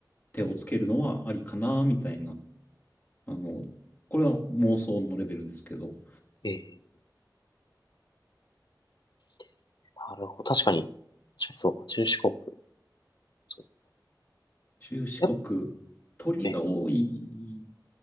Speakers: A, on the left; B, on the left.
A: 手をつけるのはありかな、みたいな。あの、これは妄想のレベルですけど、
B: ええ、いいですね。なるほど、確かに、確かにそうか、中四国、そう。
A: 中四国、
B: やっ、
A: 鳥が多い、
B: ええ、